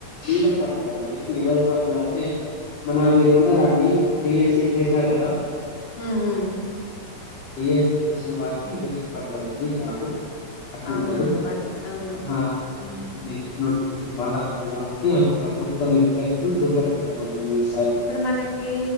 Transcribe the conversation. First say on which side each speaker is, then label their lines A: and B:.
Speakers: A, on the left (about 55°); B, on the left (about 35°).
A: సిట్ పడతదండి నెక్స్ట్ ఎవరి పడతదంటే మన వీళ్ళుండరా అండి డిఎస్సి చేశ్నారు కదా
B: మ్ హు
A: బిఎస్సి చేసిన వారికి నెక్స్ట్ పడతదండి జాబు అట్లుంటది
B: అవునవును. వాళ్ళకి అవును.
A: హా
B: హ్మ్.
A: నెక్స్ట్ నోట్ <unintelligible> కాబట్టి అంటే ప్రతి ఒక్కరి ఇంట్రెస్ట్ చూపెస్తున్నారు కొంచెం మీస్
B: ఇప్పుడు మనకి